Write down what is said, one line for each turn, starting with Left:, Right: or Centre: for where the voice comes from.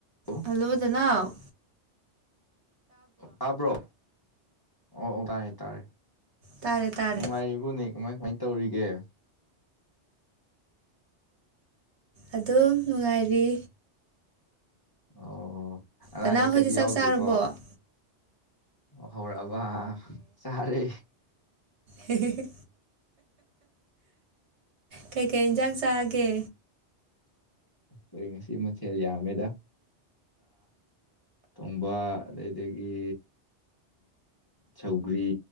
Left: ꯑꯣ꯫ <inaudible>
Right: ꯍꯜꯂꯣ ꯗꯅꯥꯎ꯫
Left: ꯇꯥꯕ꯭ꯔꯣ ꯑꯣ ꯑꯣ ꯇꯥꯔꯦ ꯇꯥꯔꯦ
Right: ꯇꯥꯔꯦ ꯇꯥꯔꯦ
Left: ꯅꯨꯡꯉꯥꯏꯔꯤꯕꯣꯅꯦ꯫ ꯀꯃꯥꯏ ꯀꯃꯥꯏꯅ ꯇꯧꯔꯤꯒꯦ꯫
Right: ꯑꯗꯨꯝ ꯅꯨꯡꯉꯥꯏꯔꯤ꯫
Left: ꯑꯣ ꯑꯅꯥ
Right: ꯗꯅꯥꯎ
Left: ꯑꯌꯦꯛꯀꯗꯤ
Right: ꯍꯣꯏꯗꯤ ꯆꯥꯛ
Left: ꯌꯥꯎꯗꯦꯀꯣ꯫
Right: ꯆꯥꯔꯕꯣ
Left: ꯍꯧꯔꯛꯑꯕ ꯆꯥꯔꯦ
Right: ꯍ ꯍ ꯍ ꯀꯩꯀꯩ ꯌꯦꯟꯖꯥꯡ ꯆꯥꯒꯦ
Left: ꯑꯩꯈꯣꯏ ꯉꯁꯤ ꯃꯊꯦꯜ ꯌꯥꯝꯃꯦꯗ ꯊꯣꯡꯕ ꯑꯗꯩꯗꯒꯤ ꯁꯧꯒ꯭ꯔꯤ